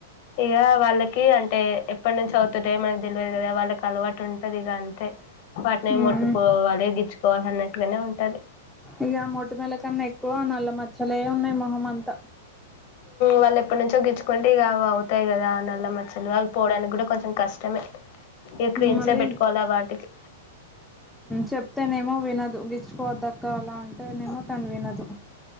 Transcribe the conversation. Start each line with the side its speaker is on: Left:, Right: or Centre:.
Left: ఇక వాళ్ళకి అంటే ఎప్పటి నుంచి అవుతుంటే మనకి తెలియదు కదా వాళ్ళకి అలవాటు ఉంటది ఇగా అంతే వాటిని
Centre: ఉమ్
Left: ముట్టుకోవాలి గిచ్చుకోవాలి అన్నట్టుగానే ఉంటది
Centre: ఇగా మొటిమల కన్నా ఎక్కువ నల్ల మచ్చలే ఉన్నాయి మొహం అంతా
Left: వాళ్ళు ఎప్పటి నుంచో గిచ్చుకుంటే ఇగా అవి అవుతాయి కదా నల్ల మచ్చలు అవి పోడానికి కూడా కొంచెం కష్టమే ఇగ క్రీమ్సే
Centre: మళ్ళీ
Left: పెట్టుకోవాలా వాటికి
Centre: చెప్తేనేనేమో వినదు గిచ్చు గిచ్చుకోవద్దు అక్క అలా అంటేనేమో తని వినదు